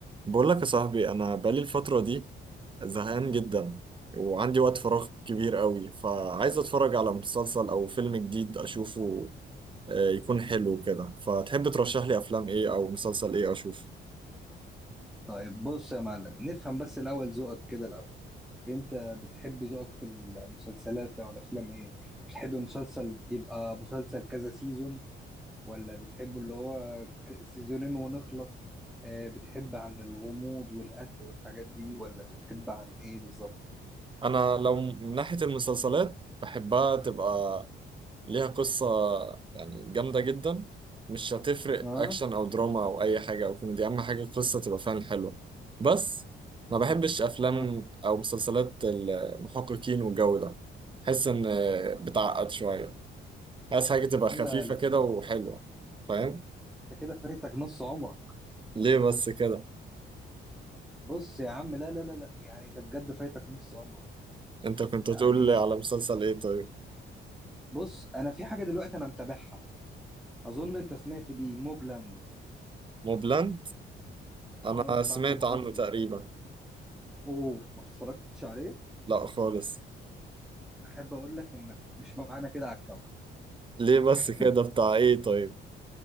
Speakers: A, on the right; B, in the centre.
A: بقول لك يا صاحبي انا بقالي الفتره دي زهقان جدا وعندي وقت فراغ كبير قوي فعايز اتفرج على مسلسل او فيلم جديد اشوفه آه، يكون حلو كده فتحب ترشح لي افلام ايه او مسلسل ايه اشوف
B: طيب بص يا معلم نفهم بس الأول ذوقك كده الأول أنت بتحب ذوقك في المسلسلات أو الأفلام إيه؟ بتحب المسلسل يبقى مسلسل كذا سيزون ولا بتحبه اللي هو ك- سيزونين ونخلص؟ آه بتحب عن الغموض والقتل والحاجات دي ولا بتحب عن إيه بالظبط؟
A: انا لو من ناحيه المسلسلات بحبها تبقى ليها قصة يعني جامدة جدا مش هتفرق
B: آه
A: أكشن أو دراما أو أي حاجة أو كوميدي أهم حاجة القصة تبقى فعلا حلوة بس ما بحبش أفلام
B: آه
A: أو مسلسلات المحققين والجو ده بحس إن بتعقد شوية عايز حاجة تبقى خفيفة
B: لا لا
A: كده
B: لا
A: وحلوة فاهم؟
B: أنت كده فايتك نص عمرك
A: ليه بس كده؟
B: بص يا عم لا لا لا لا يعني أنت بجد فايتك نص عمرك
A: أنت كنت
B: يعني
A: تقول لي على مسلسل إيه طيب؟
B: بص أنا في حاجة دلوقتي أنا متابعها اظن انت سمعت بيه موبلاند
A: موبلاند؟
B: اه
A: أنا
B: بتاع
A: سمعت
B: توم هاردي
A: عنه تقريبا
B: اوه ما اتفرجتش عليه
A: لأ خالص
B: احب اقول لك انك مش معانا كده على الكوكب
A: ليه بس
B: <laughs>
A: كده بتاع إيه طيب؟